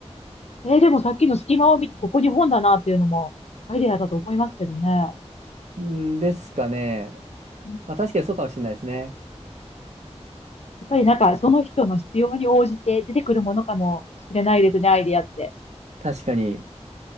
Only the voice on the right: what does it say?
んですかね。
まあ、確かにそうかもしれないですね。
確かに。